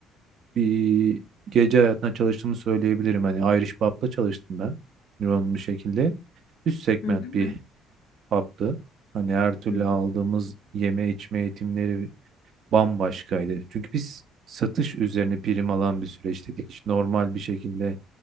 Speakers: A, on the right; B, on the left.
A: bir gece hayatına çalıştığımı söyleyebilirim. Hani Irish Pub'da çalıştım ben yoğun bir şekilde. Üst segment
B: Öyle mi?
A: bir PAB'dı. Hani her türlü
B: Hı hı.
A: aldığımız yeme içme eğitimleri bambaşkaydı. Çünkü biz satış üzerine prim alan bir süreç dedik. Hiç normal bir şekilde